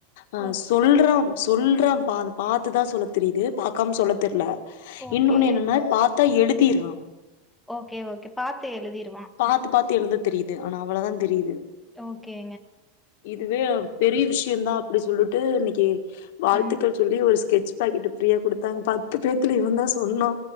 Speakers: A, on the left (about 65°); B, in the centre.
A: அ
B: ஓ
A: சொல்றாம் சொல்றான்பா பாத்துதா சொல்ல தெரிது பா க்காம சொல்ல தெர்ல
B: ஓகே
A: இன்னொன்னு என்னனா பாத்தா எழுத தெர்ல
B: ஓகே ஓகே பாத்து எழுதிருவான்
A: பாத்து பாத்து எழுத தெரிது ஆனா அவ்ளதான் தெரிது
B: ஓகே
A: இதுவே பெரிய விஷ்யந்தா அப்டி சொல்லுட்டு இன்னைக்கு வாழ்த்துக்கள்
B: ம்
A: சொல்லி ஒரு ஸ்கெட்ச் பாக்கெட் ஃப்ரீயா குடுத்தாங்க பத்து பேத்துல இவன்தான் சொன்னா